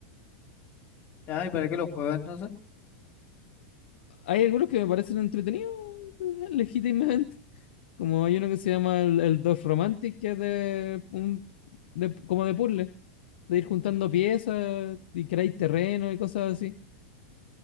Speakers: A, on the left (about 35°); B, on the left (about 65°).
A: ¿Ya? ¿Y para qué los juegos entonces?
B: Hay algunos que me parecen entretenidos <laughs> eh, legítimamente. Como hay uno que se llama el, el Dwarf Romantic, que es de, un, de- como de puzzle, de ir juntando piezas y crear terreno y cosas así.